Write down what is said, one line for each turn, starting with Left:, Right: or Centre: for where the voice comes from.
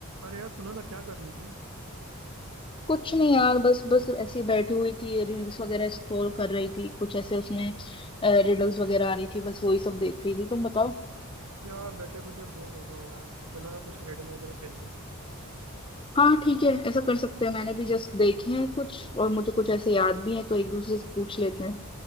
Right: अरे यार सुनो ना क्या कर रही हो तुम
Left: कुछ नहीं यार बस बस ऐसी बैठी हुई थी रील्स वगैरह स्क्रॉल कर रही थी कुछ ऐसे उसमें रिडल्स वगैरह आ रही थी बस वही सब देख रही थी तुम बताओ
Right: यार बैठे बैठे बोर हो रहा हूँ यार चलो ना कुछ रिडल वगैरह खेलते हैं
Left: हाँ ठीक है ऐसा कर सकते हैं मैंने भी जस्ट देखे हैं कुछ और मुझे कुछ ऐसे याद भी है तो एक दूसरे से पूछ लेते हैं